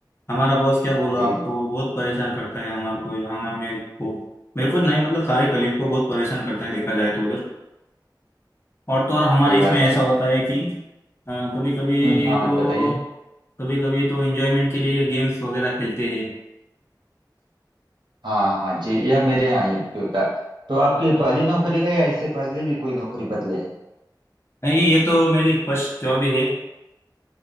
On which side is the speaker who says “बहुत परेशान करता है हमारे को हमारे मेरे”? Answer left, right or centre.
Left